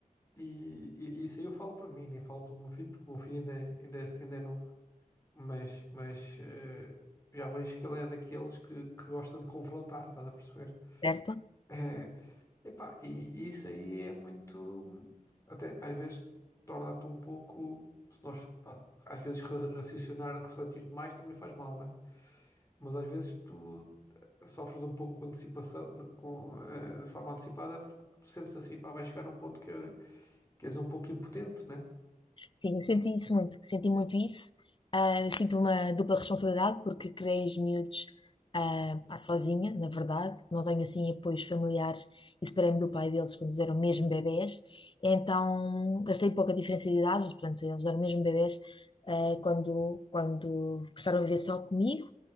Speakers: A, on the left; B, on the left.
A: E, e- isso aí eu falo para mim, nem falo pelo meu filho, porque o meu filho ainda é, ainda é, ainda é novo. Mas, mas eh, já vejo que ele é daqueles que, que gosta de confrontar, estás a perceber?
B: certo.
A: Eh, Epá, e isso aí é muito. Até às vezes torna-te um pouco. Se nós, pá, às vezes ra- raciocinar, refletir demais também faz mal, né? Mas às vezes tu sofres um pouco com antecipação, com, eh, de forma antecipada, porque tu sentes assim, pá, vai chegar um ponto que, que és um pouco impotente, né?
B: Sim, eu senti isso muito, senti muito isso. Ah, eu sinto uma dupla responsabilidade porque criei os miúdos ah, pá, sozinha, na verdade. Não tenho assim apoios familiares e separei-me do pai deles quando eles eram mesmo bebés. Então, eles têm pouca diferença de idades, portanto, eles eram mesmo bebés ah, quando, quando passaram a viver só comigo.